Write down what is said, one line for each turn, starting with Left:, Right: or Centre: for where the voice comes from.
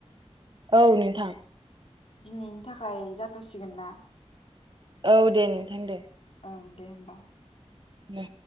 Right: औ नोंथां।
Left: दिनैनि थाखाय जाथ'सिगोन ना?
Right: औ दे नोंथां दे।
Left: ओं दे होमबा।
Right: दे।